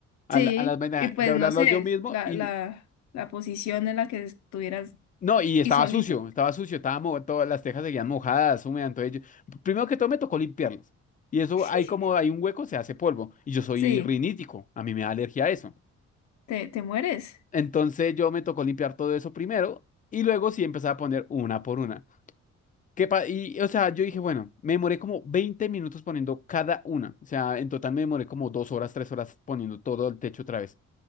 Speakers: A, on the left; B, on the left.
A: A,
B: sí,
A: la- a las vainas,
B: y pues
A: doblarlo
B: no sé,
A: yo mismo
B: la,
A: y
B: la, la posición en la que estuvieras
A: No, y estaba
B: y solito
A: sucio, estaba sucio, estaba mo- todas las tejas seguían mojadas, húmedas, entonces yo- primero que todo me tocó limpiarlas. Y eso,
B: <laughs>
A: ahí como hay un hueco, se hace polvo. Y yo soy
B: Sí,
A: rinítico, a mí me da alergia a eso.
B: te, te mueres.
A: Entonces yo me tocó limpiar todo eso primero y luego sí empezaba a poner una por una. ¿Qué pa- y, o sea, yo dije, bueno, me demoré como 20 minutos poniendo cada una. O sea, en total me demoré como dos horas, tres horas poniendo todo el techo otra vez.